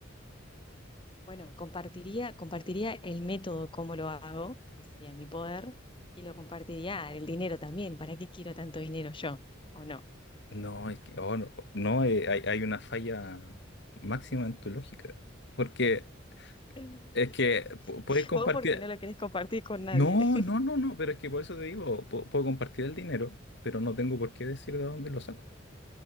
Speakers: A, on the left; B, on the left.
A: Bueno, compartiría, compartiría el método, cómo lo hago, que sería mi poder, y lo compartiría el dinero también. ¿Para qué quiero tanto dinero yo? ¿O no?
B: No, es que oh, no, no, eh, hay, hay una falla máxima en tu lógica. Porque
A: <laughs>
B: es que pu- puedes compartir.
A: Vos porque no lo querés compartir con nadie.
B: No,
A: <laughs>
B: no, no, no, pero es que por eso te digo, po- puedo, compartir el dinero, pero no tengo por qué decir de dónde lo saco.